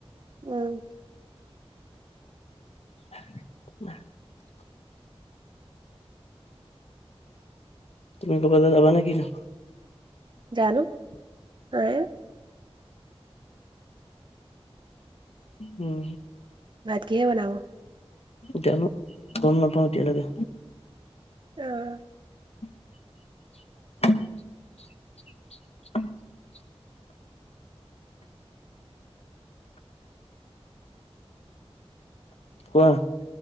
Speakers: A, on the right; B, on the left.
A: উমঁ।
B: <unintelligible> তুমি ক'বালৈ যাবা নে কিনো?
A: জানো হে।
B: উম।
A: ভাত কিহে বনাব?
B: জানো গম নাপাওঁ এতিয়ালৈকে।
A: অহ।
B: <unintelligible> <unintelligible> কোৱা।